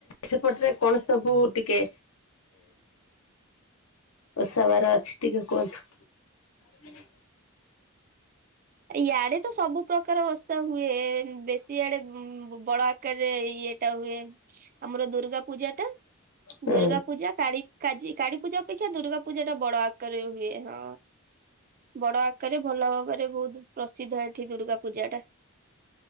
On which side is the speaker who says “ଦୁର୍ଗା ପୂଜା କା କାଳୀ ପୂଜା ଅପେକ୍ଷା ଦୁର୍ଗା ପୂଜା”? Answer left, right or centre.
Right